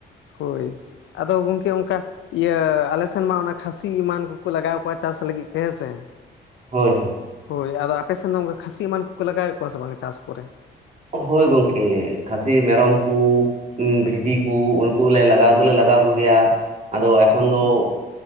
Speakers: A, on the left (about 75°); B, on the right (about 35°).
A: ᱦᱳᱭ ᱟᱫᱚ ᱜᱚᱝᱠᱮ ᱚᱱᱠᱟ ᱤᱭᱟᱹ ᱟᱞ ᱥᱮᱱ ᱢᱟ ᱚᱱᱟ ᱠᱷᱟᱹᱥᱤ ᱮᱢᱟᱱ ᱠᱚᱠᱚ ᱞᱟᱜᱟᱣ ᱠᱚᱣᱟ ᱪᱟᱥ ᱞᱟᱹᱜᱤᱫ ᱛᱮ ᱦᱮᱸᱥᱮ
B: ᱦᱳᱭ ᱦᱳᱭ
A: ᱦᱳᱭ ᱟᱫᱚ ᱟᱯᱮᱥᱮᱱ ᱫᱚ ᱠᱷᱟᱹᱥᱤ ᱮᱢᱟᱱ ᱠᱚᱠᱚ ᱞᱟᱜᱟᱣᱮᱫ ᱠᱚᱣᱟ ᱥᱮ ᱵᱟᱝ ᱪᱟᱥ ᱠᱚᱨᱮ?
B: ᱦᱚᱳᱭ ᱜᱚᱝᱠᱮ ᱠᱷᱟᱥᱤ ᱢᱮᱨᱚᱢ ᱠᱚ ᱵᱷᱤᱰᱤ ᱠᱚ ᱩᱱᱠᱩ ᱞᱮ ᱞᱟᱜᱟᱣ ᱫᱚᱞᱮ ᱞᱟᱜᱟᱣ ᱠᱚᱜᱮᱭᱟ ᱟᱫᱚ ᱮᱠᱷᱚᱱ ᱫᱚ
A: ᱦᱩᱸ